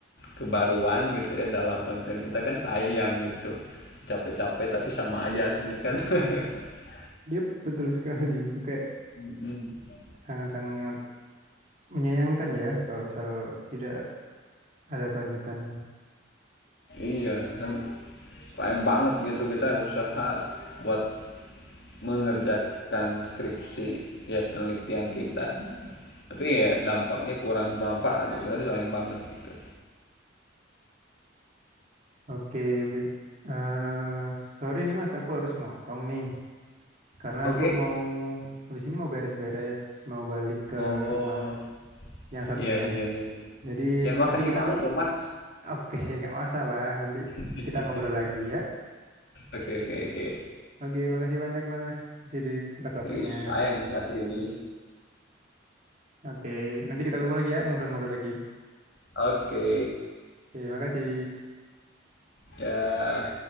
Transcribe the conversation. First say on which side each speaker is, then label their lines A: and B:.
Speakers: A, on the left; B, on the right.
A: kebaruan gitu ya dalam penelitian kita kan sayang gitu. Capek-capek tapi sama aja hasilnya kan. <laughs>
B: Yup, betul sekali. Itu kayak
A: Mhm.
B: sangat-sangat Menyayangkan ya kalau misal tidak ada kelanjutan.
A: Iya kan sayang banget gitu kita usaha buat mengerjakan skripsi ya penelitian kita tapi ya dampaknya kurang bermanfaat gitu kan sayang banget gitu
B: Oke, bet- eh, sorry nih Mas, aku harus motong nih karena
A: oke
B: aku mau habis ini mau beres-beres, mau balik ke
A: oh
B: rumah yang satunya.
A: iya iya iya iya.
B: Jadi
A: ya makasih
B: nanti kita
A: banget
B: ng-
A: loh mas
B: oke, nggak masalah. Nanti
A: <laughs>
B: kita ngobrol lagi ya.
A: oke oke oke
B: Oke, makasih banyak Mas Sidik atas waktunya.
A: Ih, sayang makasih ini
B: Oke, nanti kita ketemu lagi ya, ngobrol-ngobrol lagi.
A: oke
B: Oke, makasih.
A: ya